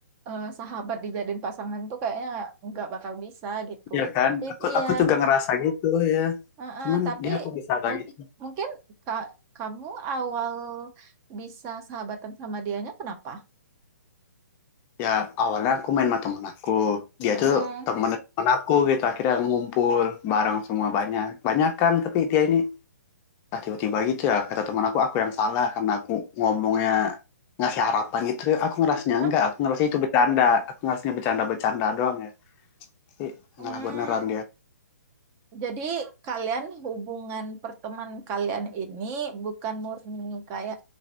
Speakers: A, on the right; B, on the left.
A: eh, sahabat dijadiin pasangan tuh kayaknya nggak bakal bisa gitu.
B: ya
A: It-
B: kan
A: Tapi
B: aku
A: iya,
B: aku juga ngerasa gitu ya
A: eh, eh,
B: cuman
A: tapi
B: dia aku bisa kayak
A: mung-
B: gitu
A: mungkin ka- kamu awal bisa sahabatan sama dianya kenapa?
B: ya awalnya aku main sama teman aku dia
A: Heeh.
B: itu teman teman aku gitu akhirnya ngumpul bareng semua banyak banyak kan tapi dia ini Nah, tiba-tiba gitu ya, kata teman aku, aku yang salah karena aku ngomongnya ngasih harapan gitu. Aku ngerasanya
A: Hah?
B: enggak, aku ngerasa itu bercanda. Aku ngerasanya bercanda-bercanda doang ya. Tapi
A: Hmm.
B: ngalah beneran dia.
A: Jadi kalian hubungan perteman kalian ini bukan murni kayak